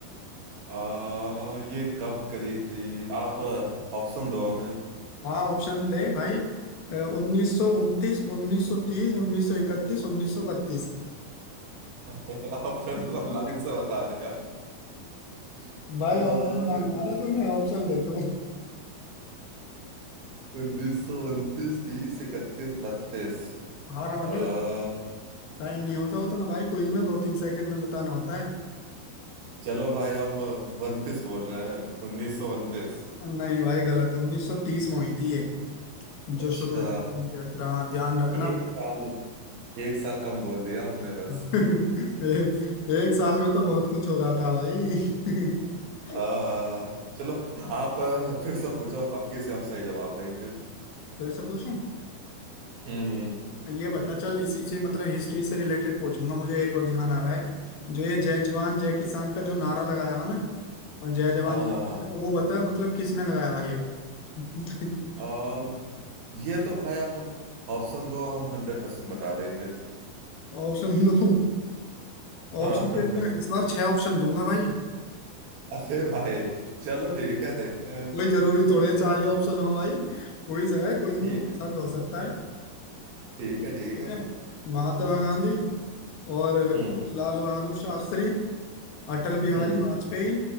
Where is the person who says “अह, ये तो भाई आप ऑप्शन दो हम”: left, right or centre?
Right